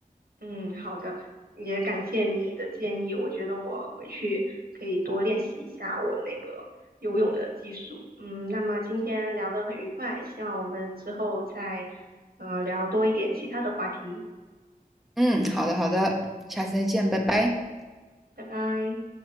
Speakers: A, on the right; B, in the centre.
A: 嗯，好的，也感谢你的建议，我觉得我回去可以多练习一下我那个游泳的技术。嗯，那么今天聊得很愉快，希望我们之后再呃聊多一点其他的话题。
B: 嗯，好的好的，下次再见，拜拜。
A: 拜拜。